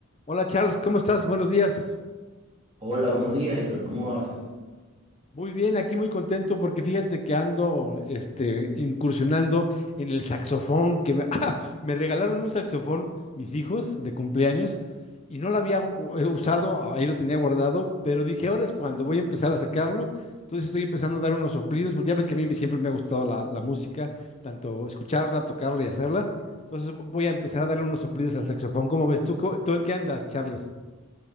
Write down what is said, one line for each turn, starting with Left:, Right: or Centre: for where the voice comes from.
Left: Hola Charles, ¿cómo estás? Buenos días.
Right: Hola, buenos días, Héctor, ¿cómo vas?
Left: Muy bien, aquí muy contento porque fíjate que ando este, incursionando en el saxofón, que me, <laughs> ¡Ah! me regalaron un saxofón mis hijos de cumpleaños y no lo había u- eh, usado, ahí lo tenía guardado, pero dije, ahora es cuando voy a empezar a sacarlo. Entonces estoy empezando a dar unos soplidos, porque ya ves que a mí me- siempre me ha gustado la, la música, tanto escucharla, tocarla y hacerla. Entonces vo- voy a empezar a darle unos soplidos al saxofón. ¿Cómo ves tú? ¿Cómo- ¿Tú en qué andas, Charles?